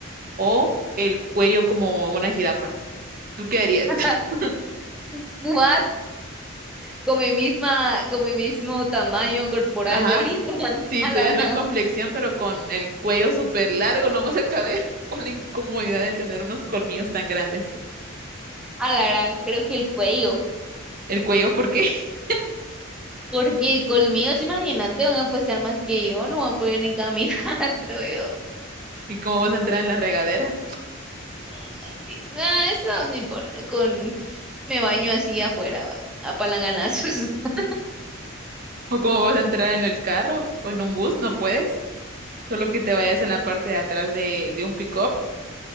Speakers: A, on the right; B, in the centre.
A: o el cuello como una jirafa. ¿Tú qué harías?
B: <laughs>
A: <laughs>
B: What? Con mi misma, con mi mismo tamaño corporal
A: Ajá.
B: de ahorita. <laughs>
A: Sí,
B: A
A: tu
B: la,
A: misma
B: gran-
A: complexión, pero con el cuello súper largo, no vas a caber. <laughs> O la incomodidad de tener unos colmillos tan grandes.
B: a la gran, creo que el cuello.
A: ¿El cuello por qué? <laughs>
B: Porque conmigo, imagínate, van a pasar más que yo, no voy a poder ni caminar, <laughs> creo yo.
A: ¿Y cómo vas a entrar en la regadera?
B: Mm, En fin, nah, eso no importa. Con me baño así afuera, va, a palanganazos. <laughs>
A: ¿O cómo vas a entrar en el carro? ¿O en un bus? No puedes. Solo que te vayas en la parte de atrás de, de un pick-up.